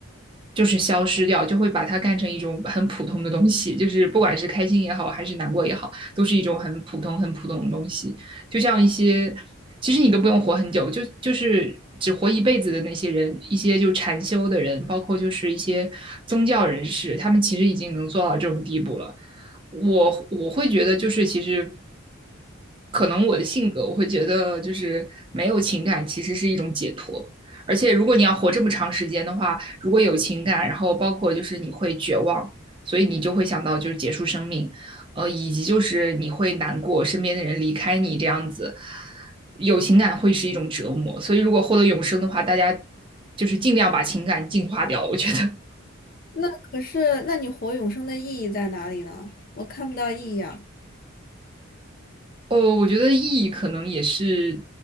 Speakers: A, on the right (about 25°); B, on the left (about 45°).
A: 就是消失掉，就会把它干成一种很普通的东西，就是不管是开心也好，还是难过也好，都是一种很普通、很普通的东西。就像一些，其实你都不用活很久，就就是只活一辈子的那些人，一些就禅修的人，包括就是一些宗教人士，他们其实已经能做到这种地步了。我我会觉得，就是其实。可能我的性格，我会觉得就是没有情感其实是一种解脱。而且如果你要活这么长时间的话，如果有情感，然后包括就是你会绝望，所以你就会想到就是结束生命，呃，以及就是你会难过，身边的人离开你这样子，有情感会是一种折磨。所以如果获得永生的话，大家就是尽量把情感净化掉，我觉得
B: 那可是，那你活永生的意义在哪里呢？我看不到意义啊。
A: 哦，我觉得意义可能也是，